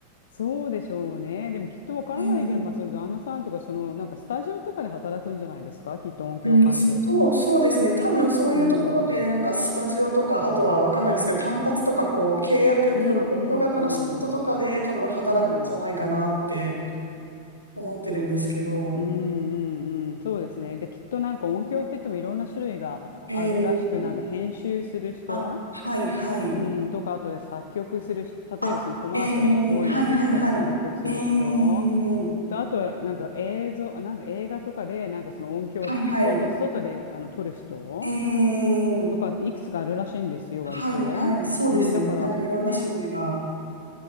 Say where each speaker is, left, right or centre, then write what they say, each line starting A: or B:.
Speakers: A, on the left (about 60°); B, on the left (about 80°).
A: そうでしょうね。でもきっとわからないけど、
B: えー
A: まあ、その旦那さんとか、その、なんかスタジオとかで働くんじゃないですかきっと音響関係の。
B: うん、そう、そうですね。多分そういうところで、
A: うー
B: なんかスタジオとか、
A: ん。
B: あとはわかんないですけど、単発とか、こう、契約、
A: うんうん
B: プロジェクト型の仕事とかで、
A: うん。
B: 多分働くんじゃないかなって
A: うん。
B: 思ってるんですけど。
A: うんうんうん。そうですね。で、きっとなんか音響って言ってもいろんな種類があるらしく、
B: えー、
A: なんか編集する人
B: あ、はい、はい。
A: うん、とか、あとで作曲するし、
B: あ、
A: 例えばそのコマーシャルがこういうのって言ったら作曲する人、
B: えー、はい、はい、はい。えー、
A: と、あと、なんか映像、あなんで映画とかで、なんかその音響、
B: はい、はい。
A: 外、外であの撮る人
B: えー、
A: とかっていくつかあるらしいんですよ、
B: はい、
A: 割と。
B: はい。そうですよね。
A: うん、だからね、
B: なんかいろんな種類が。